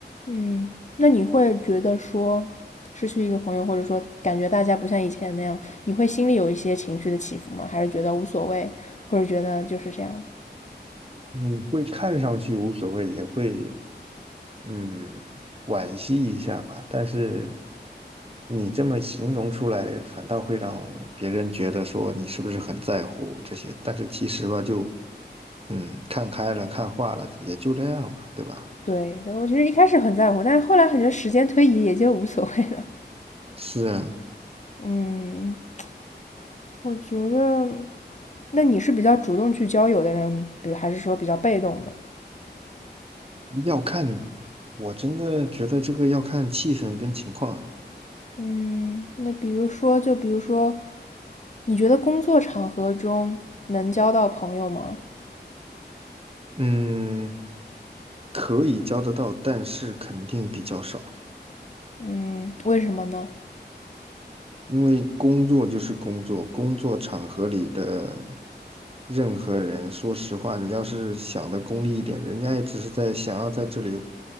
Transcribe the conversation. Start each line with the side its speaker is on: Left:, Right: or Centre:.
Left: 嗯，那你会觉得说失去一个朋友，或者说感觉大家不像以前那样，你会心里有一些情绪的起伏吗？还是觉得无所谓，或者觉得就是这样的？
Right: 你会看上去无所谓，也会嗯惋惜一下吧，但是你这么形容出来，反倒会让别人觉得说你是不是很在乎这些，但是其实吧，就。嗯，看开了，看化了，也就这样了，对吧？
Left: 对对，我其实一开始很在乎，但是后来感觉时间推移也就无所谓了。
Right: 是
Left: 嗯 <tsk>，我觉得，那你是比较主动去交友的人，比如还是说比较被动的？
Right: 要看，我真的觉得这个要看气氛跟情况啊。
Left: 嗯，那比如说，就比如说，你觉得工作场合中能交到朋友吗？
Right: 嗯，可以交得到，但是肯定比较少，
Left: 嗯，为什么呢？
Right: 因为工作就是工作，工作场合里的任何人，说实话，你要是想的功利一点，人家也只是在想要在这里，